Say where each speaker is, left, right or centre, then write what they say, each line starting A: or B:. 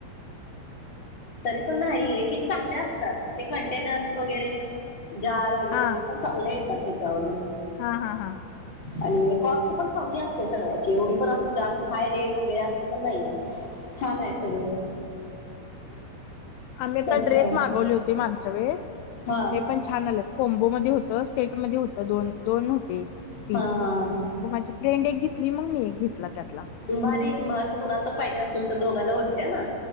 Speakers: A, on the left; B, on the left.
A: तरी पण नाही एक -एक चांगले असतात ते कंटेनर्स वगैरे जार वगैरे
B: हा
A: ते पण चांगले येतात त्याच्यावरून.
B: हा हा हा.
A: आणि कॉस्ट पण कमी असते सगळ्याची एवढी पण अस जास्त हाय रेट वगैरे असत पण नाहीये. छान आहे सगळं.
B: आम्ही
A: त्याच्या
B: पण ड्रेस मागवले होते मागच्या वेळेस
A: हा.
B: ते पण छान आलेत, कोंबोमध्ये होतं सेटमध्ये, होत दो दोन होते पीस.
A: हा हा
B: मग माझी फ्रेंड एक घेतली मग मी एक घेतला त्यातला.
A: भारी आहे की मग असं कोुणाला तर पाहिजे असेल तर दोघांना होते ह ना.